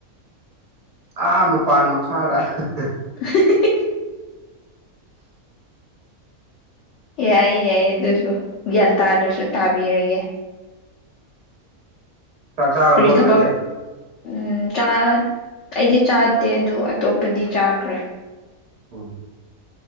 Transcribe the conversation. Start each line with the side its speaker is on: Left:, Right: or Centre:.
Right: ꯑꯥ ꯃꯄꯥꯟ ꯃꯈꯥꯗ ꯑꯍꯍ
Left: <inaudible> ꯌꯥꯏꯌꯦ ꯌꯥꯏꯌꯦ ꯑꯗꯨꯁꯨ ꯒ꯭ꯌꯥꯟ ꯇꯥꯗ꯭ꯔꯁꯨ ꯇꯥꯕꯤꯔꯒꯦ
Right: ꯆꯥꯛ ꯆꯥꯔꯕꯣ
Left: ꯐ ꯊꯕꯛ
Right: ꯅꯣꯏꯗꯤ
Left: ꯎꯝ ꯆꯥꯠ ꯑꯩꯗꯤ ꯆꯥꯗꯦ ꯑꯗꯨ ꯑꯇꯣꯞꯄꯗꯤ ꯆꯥꯒ꯭ꯔꯦ
Right: ꯎ